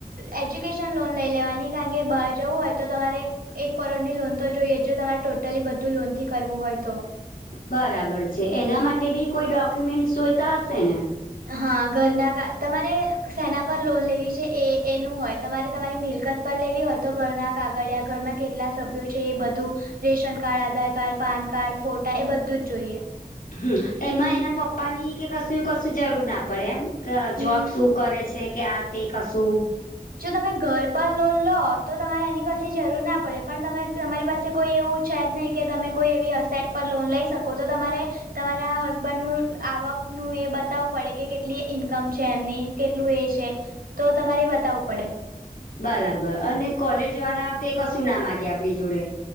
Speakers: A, on the right (about 80°); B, on the left (about 85°).
A: એ્યુકેશન લોન લઈ લેવાની કારણ કે બહાર જવું હોય તો, તમારે એક કરોડ ની લોન તો જોઈએ, જો તમારે ટોટલી બધું લોન થી કરવું હોય તો
B: બરાબર છે એના માટે બી કોઈ ડોક્યુમેન્ટ્સ જોઈતા હશે ને?
A: હા ઘરના તમારે સેના પર લોન લેવી છે એ એનું હોય તમારે તમારી મિલકત પર લેવી હોય તો, ઘરના કાગળિયા ઘરમાં કેટલા સભ્યો છે, એ બધું ration card, Aadhaar card, PAN card, ફોટા એ બધું જ જોઈએ
B: હમ, એમાં એના પપ્પાની કે કશું કશું જરૂર ના પડે એમ કે
A: હમ્મ
B: જોબ શું કરે છે, કે આ તે કશું
A: જો તમે ઘર પર લોન લો તો તમારે એની કશી જરૂર ના પડે પણ તમે તમારી પાસે કોઈ એવું. છે જ નહીં કે તમે કોઈ એવી અ સેટ પર લોન લઈ શકો તો તમારે તમારા હસબન્ડ નું આવક નું એ બતાવવું પડે કે કેટલી ઈન્કમ છે એમની. કેટલું એ છે તો તમારે બતાવવું પડે.
B: બરાબર અને કોલેજ વાળા તે કશું ના માગે આપણી જોડે.